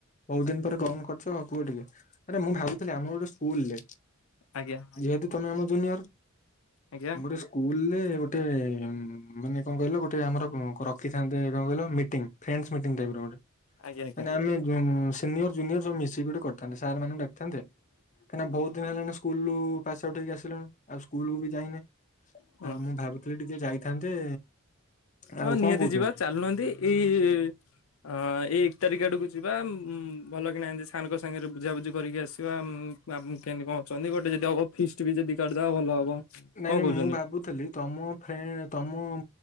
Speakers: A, on the left; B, on the left.
A: ବହୁତ ଦିନ ପରେ କଣ କରୁଛ କୁହ ଟିକେ ଆରେ ମୁଁ ଭାବୁଥିଲି ଆମର ଗୋଟେ ସ୍କୁଲରେ
B: ଆଜ୍ଞା।
A: ଯେତୁ ତମେ ଆମ ଜୁନିୟର
B: ଆଜ୍ଞା
A: ଗୋଟେ ସ୍କୁଲରେ ଗୋଟେ ମାନେ କଣ କହିଲ ଗୋଟେ ଆମର ରଖିଥାଆନ୍ତେ କଣ କହିଲ ମିଟି ଫ୍ରେନଚ ମିଟି ଟାଇପର ଗୋଟେ
B: ଆଜ୍ଞା ଆଜ୍ଞା
A: ମାନେ ଆମେ ଉଁ ସିନିୟର ଜୁନିୟର ଯୋ ମିଶିକି ଗୋଟେ କରିଥାନ୍ତେ ସାର୍ ମାନଙ୍କୁ ଡାକିଥାନ୍ତେ। କାହିଁକନା ବହୁତ ଦିନ ହେଲାଣି ସ୍କୁଲ ରୁ ପାସ୍ ଆଉଟ୍ ହେଇକି ଆସିଲିଣୁ ଆଉ ସ୍କୁଲକୁୁ ବି ଯାଇନି
B: ହୁଁ।
A: ଆଉ ମୁଁ ଭାବୁଥିଲି ଟିକେ ଯାଇଥାନ୍ତେ। ଆଉ
B: ହଁ ନିହାତି
A: କଣ କହୁଛନ୍ତି?
B: ଯିବା ଚାଲୁନାହାନ୍ତି ଏଇ ହଁ ଏଇ ଏକ ତାରିଖ ଆଡ଼କୁ ଯିବା ଉଁ ଭଲ କିନା ହେନ୍ତି ସାରଙ୍କ ସାଙ୍ଗରେ ବୁଝାବୁଝି କରିକି ଆସିବା ଉଁ ଆପ କେମିତି କଣ ଅଛନ୍ତି ଗୋଟେ ଯଦି ହବ ଫିଷ୍ଟ ବି ଯଦି କାଢିଦେବା ଭଲ ହବ।
A: ନାଇଁ
B: କଣ
A: ନାଇଁ
B: କହୁଛନ୍ତି?
A: ମୁଁ ଭାବୁଥିଲି ତମ ଫ୍ରେଣ୍ଡ ତୁମ ଉଁ